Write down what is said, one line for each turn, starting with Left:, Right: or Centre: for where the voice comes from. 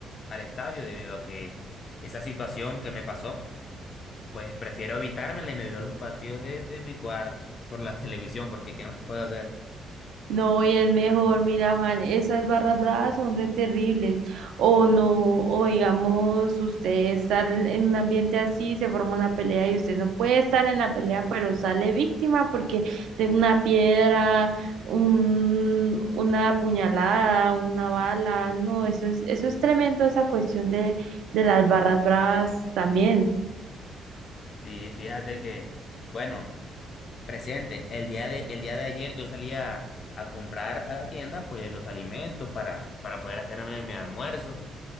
Left: al estadio, debido a que esa situación que me pasó, pues prefiero evitármela y me veo los partidos desde mi cuarto por la <laughs> televisión, porque ¿qué más puedo hacer?
Right: No, y es mejor, mira, Juan, esas barras bravas son re terribles. O no, o digamos, usted estar en un ambiente así, se forma una pelea y usted no puede estar en la pelea, pero sale víctima porque de una piedra, un, una puñalada, una bala, no, eso es, eso es tremendo, esa cuestión de, de las barras bravas también.
Left: Sí, fíjate que, bueno, presente, el día de, el día de ayer yo salí a, a comprar a la tienda pues los alimentos para, para poder hacerme mi almuerzo